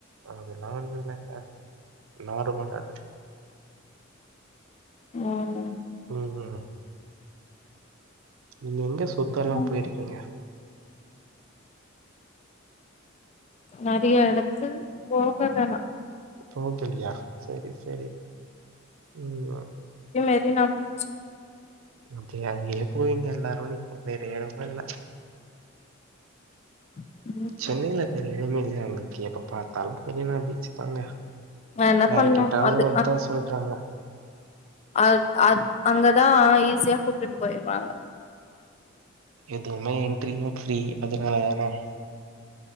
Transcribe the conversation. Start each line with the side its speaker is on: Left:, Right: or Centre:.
Right: அதெல்லா ஒன்னு இல்லைங்க நார்மல் அது
Left: ம்
Right: ம் ம் நீங்க எங்க சுத்த
Left: சொல்லுங்க
Right: எல்லா போயிருக்கீங்க
Left: நெறையா எடத்து போகலன்னா
Right: போக்கிலியா செரி செரி ம்
Left: மேரி நா பிச்சு
Right: அப்டியே அதுலயே போயீங்க எல்லாரு நீங்க வேற எடமு இல்ல
Left: ம்
Right: சென்னையில வேற எடவுமே இல்லியாங்க இருக்கு எப்ப பாத்தாலு பெரினா பீச்சு தாங்க
Left: நா என்ன
Right: யார
Left: பண்ணு
Right: கேட்டாலு
Left: அது
Right: அத்தா சொல்றாங்க
Left: ஆ ஆ அங்கதா ஈஸியா கூப்பிட்டுட்டு போயிருவாங்க
Right: எதுவுமே என்ட்ரியு ஃப்ரீ அதுனால தான